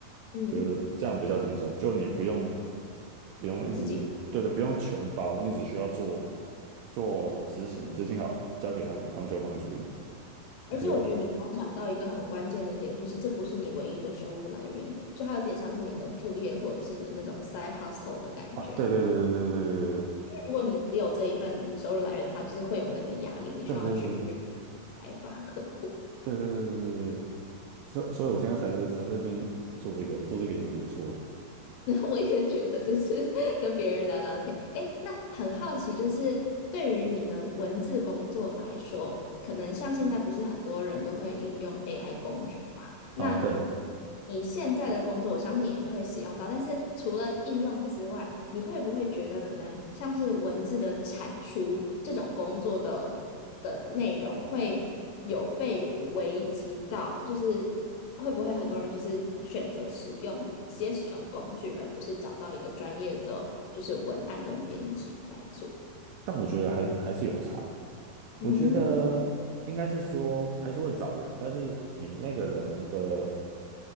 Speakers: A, on the left (about 75°); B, on the right (about 80°).
A: 嗯，
B: 觉得这样比较轻松，就你不用不用一直对的，
A: 自己，
B: 不用全包，你只需要做做执行，执行好交给他们，他们就会帮你处理。
A: 而且我觉得你刚刚讲到一个很关键的点，
B: 我觉得
A: 就是这不是你唯一的收入来源，就它有点像是你的副业或者是你的那种 side hustle 的感觉。
B: 啊，对对对
A: 如果你只有这一份收入来源的话，就是会有那个压力，你需要去
B: 对对对对对对对对。
A: 开发客户。
B: 对对对对对对，所所以我现在才在才在这边做这个，做这个也蛮不错的。
A: <laughs> 那我也觉得，就是 <laughs> 跟别人聊聊天。诶，那很好奇，就是对于你的文字工作来说，可能像现在不是很多人都会应用 AI
B: 嗯嗯
A: 工具嘛？
B: 哦，
A: 那
B: 对，
A: 你现在的工作，我相信也会使用到。但是除了应用之外，你会不会觉得可能像是文字的产出这种工作的的内容会有被危及到？就是会不会很多人就是选择使用直接使用工具，而不是找到一个专业的就是文案跟编辑来做？
B: 但我觉得还是还是有差。我觉得应该是说还是会找人，
A: 嗯
B: 但是你那个人的